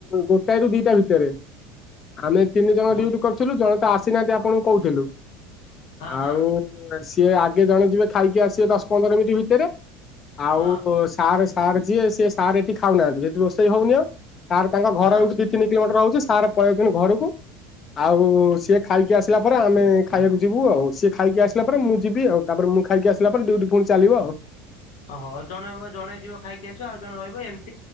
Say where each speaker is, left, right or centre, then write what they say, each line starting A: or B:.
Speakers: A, on the left; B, on the left.
A: ଗୋଟାଏ ରୁ ଦିଟା ଭିତରେ ଆମେ ତିନି ଜଣ
B: ଗୋ
A: ଡିଉଟି କର ଥିଲୁ ଜଣେ ତ ଆସିନାହାନ୍ତି ଆପଣଙ୍କୁ କହୁଥିଲୁ,
B: ହଁ
A: ଆଉ
B: ହଁ
A: ସିଏ ଆଗେ ଜଣେ ଯିବେ ଖାଇକି ଆସିବେ ଦଶ ପନ୍ଦର ମିନିଟ୍ ଭିତରେ। ଆଉ
B: ହଁ
A: ସାର୍ ସାର୍ ଯିଏ ସି ସାର୍ ଏଠି ଖାଉନାହାନ୍ତି ଏଠି ରୋଷେଇ ହଉନି ଆଉ, ସାର୍ ତାଙ୍କ ଘର
B: ହଁ
A: ଏଠି ଦିଇ ତିି ଟ ରହୁଛି ସାର ପଳଉଛନ୍ତି ଘରକୁ। ଆଉ ସିଏ ଖାଇକି ଆସିଲା ପରେ ଆମେ ଖାଇବାକୁ ଯିବୁ ଆଉ, ସିଏ ଖାଇକି ଆସିଲା ପରେ ମୁଁ ଯିବି। ଆଉ ତାପରେ ମୁଁ ଖାଇକି ଆସି ହେଲା ପରେ ଡ୍ୟୁଟି ପୁଣି ଚାଲିବ ଆଉ।
B: ହ ହ ଜଣେ ଜଣେ ଯିବ ଖାଇକି ଆସିବ ଆଉ ଜଣ ରହିବ ଏମତି